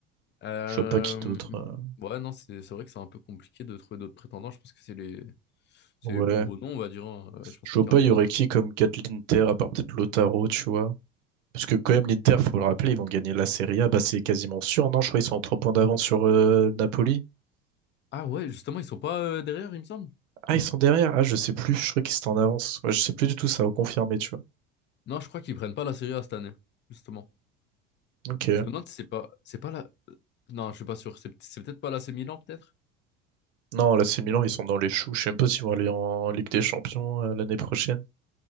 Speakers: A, on the left (about 30°); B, on the right (about 80°).
A: Euh,
B: je vois pas qui d'autre. hein.
A: Ouais, non, c'est c'est vrai que c'est un peu compliqué de trouver d'autres prétendants. Je pense que c'est les... c'est
B: Ouais,
A: les plus gros noms, on va dire. hein. Euh, je pense
B: je
A: pas
B: vois
A: qu'il
B: pas,
A: y en
B: il
A: ait
B: y
A: d'autres.
B: aurait qui comme gars de l'Inter à part peut-être Lautaro, tu vois. Parce que quand même l'Inter, faut le rappeler, ils vont gagner la Serie A, bah c'est quasiment sûr, non? Je crois qu'ils sont en 3 points d'avance sur euh, Napoli.
A: Ah ouais, justement, ils sont pas euh, derrière, il me semble.
B: Ah, ils sont derrière. Ah, je sais plus. Je crois qu'ils étaient en avance. Ouais, je sais plus du tout. Ça va confirmer, tu vois.
A: Non, je crois qu'ils prennent pas la Serie A cette année, justement.
B: Ok.
A: Je me demande si c'est pas... C'est pas la... euh, Non, je suis pas sûr. C'est c'est peut-être pas l'AC Milan, peut-être?
B: Non, là, c'est Milan. Ils sont dans les choux. Je sais même pas s'ils vont aller en Ligue des Champions euh, l'année prochaine.